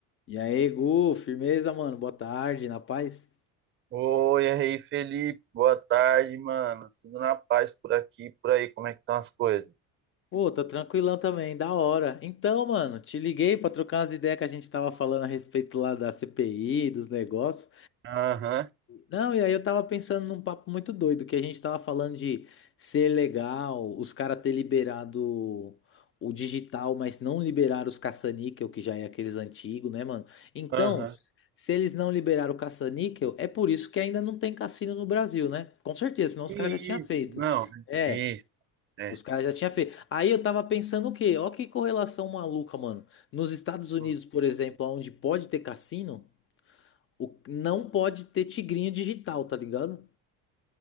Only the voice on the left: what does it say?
E aí, Gu, firmeza, mano? Boa tarde, na paz?
Pô, tô tranquilão também, da hora. Então, mano, te liguei pra trocar umas ideias que a gente tava falando a respeito lá da CPI, dos negócios.
Não, e aí eu tava pensando num papo muito doido, que a gente tava falando de ser legal, os caras ter liberado o digital, mas não liberaram os caça-níquel, que já é aqueles antigos, né, mano? Então,
se eles não liberaram o caça-níquel, é por isso que ainda não tem cassino no Brasil, né? Com certeza, senão os
caras já tinham feito.
É,
os caras já tinham feito. Aí eu tava pensando o quê? Ó que correlação maluca, mano. Nos Estados Unidos,
por exemplo, onde pode ter cassino, o- não pode ter tigrinho digital, tá ligado?